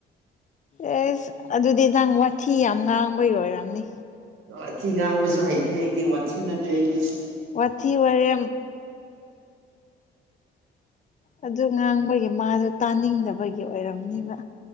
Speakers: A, on the left; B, on the right.
A: ꯑꯦꯁ ꯑꯗꯨꯗꯤ ꯅꯥꯡ ꯋꯥꯊꯤ ꯌꯥꯝ ꯉꯥꯡꯕꯩ ꯑꯣꯏꯔꯝꯅꯤ
B: ꯋꯥꯊꯤ ꯉꯥꯡꯕꯁꯨ ꯍꯩꯇꯦ ꯍꯩꯇꯦ ꯋꯥꯊꯤ ꯅꯠꯇꯦ ꯍꯩꯗꯤ
A: ꯋꯥꯊꯤ ꯑꯣꯏꯔꯦ ꯑꯗꯨ ꯉꯥꯡꯕꯒꯤ ꯃꯥꯗꯣ ꯇꯥꯅꯤꯡꯗꯕꯒꯤ ꯑꯣꯏꯔꯝꯅꯤꯕ